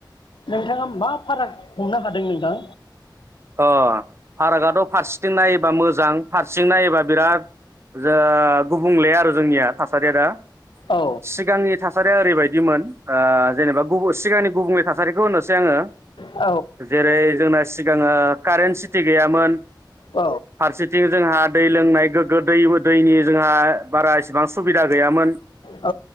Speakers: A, on the left; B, on the right.
A: नोंथांङा मा फाराग हमनो हादों नोंथां?
B: अ फारागआथ' फारसेथिं नायोबा मोजां फारसेथिं नायोबा बिराद जो गुबुंले आरो जोंनिया थासा रिया दा
A: औ
B: सिगांनि थासारिया ओरैबायदिमोन ओ जेनेबा गुबु सिगांनि गुबुंले थासारिखौ होनोसै आङो
A: औ
B: जेरै जोंना सि गाङो कारेन्ट सिटि गैयामोन
A: औ
B: फारसेथिं जोंहा दै लोंनाय गोग्गो दैबो दैनि जोंहा हा बारा बां सुबिदा गैयामोन
A: औ